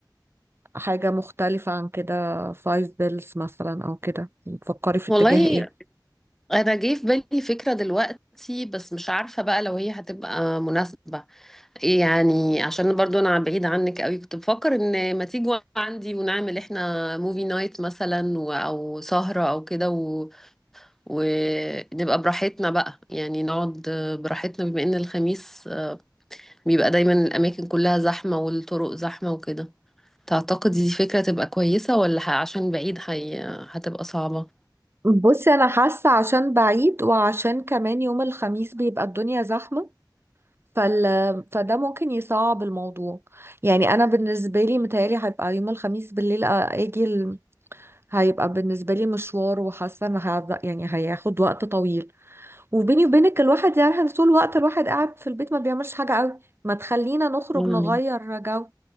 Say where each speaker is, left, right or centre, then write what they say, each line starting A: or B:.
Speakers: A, on the right; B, in the centre.
A: حاجة مختلفة عن كده فايف بيلز مثلا او كده بتفكري في
B: والله
A: اتجاه ايه
B: انا جه في بالي فكره دلوقتي بس مش عارفه بقى لو هي هتبقى مناسبه ايه يعني عشان برضو انا بعيد عنك قوي كنت بفكر ان ما تيجوا عندي ونعمل احنا موفي نايت مثلا و... او سهره او كده و... ونبقى براحتنا بقى يعني نقعد براحتنا بما ان الخميس بيبقى دايما الاماكن كلها زحمه والطرق زحمه وكده تعتقد دي فكره تبقى كويسه ولا ه- عشان بعيد هي... هتبقى صعبه
A: بصي انا حاسة عشان بعيد وعشان كمان يوم الخميس بيبقى الدنيا زحمة فال... فده ممكن يصعب الموضوع يعني انا بالنسبة لي متهيألي هيبقى يوم الخميس بالليل آ- اجي ال... هيبقى بالنسبة لي مشوار وحاسة ان هيبقى- يعني هياخد وقت طويل وبيني وبينك الواحد يعني طول الوقت الواحد قاعد في البيت ما بيعملش حاجة قوي ما تخلينا نخرج
B: مم.
A: نغير جو